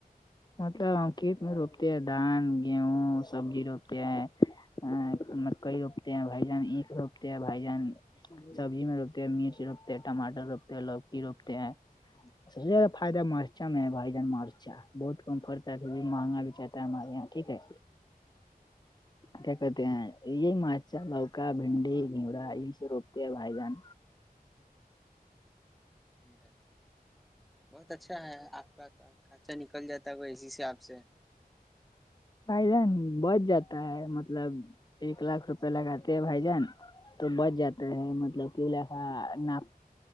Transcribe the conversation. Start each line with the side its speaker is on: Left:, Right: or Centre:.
Left: مطلب ہم کھیت میں روپتے ہیں دھان گیہوں سبزی روپتے ہیں ہ مکئی روپتے ہیں بھائی جان اینکھ روپتے ہیں بھائی جان سبزی میں روپتے مرچ روپتے ہیں ٹماٹر روپتے ہیں لوکی روپتے ہیں <unintelligible> س سے زیادہ فائد ہے مرچا میں بائی جان مرچا بہت کم پرتا ہے پھر بھی مہنگا بھی چاہتا ہے ہمارے یہاں ٹھیک ہے کیا کرتے ہیں یہ مچھا لوک بھنڈی گھوڑا یہ س روپتے ہیں وھائی جان
Centre: بھائی بہت اچھا ہے آپ کا تو خرچہ نکل جاتا ہے وہ اے سی سے آپ سے
Left: بھائی جان بچ جاتا ہے مطلب ایک لاکھ روپے لگاتے ہیں بھائی جان تو بچ جاتا ہے مطلب کہ لا نا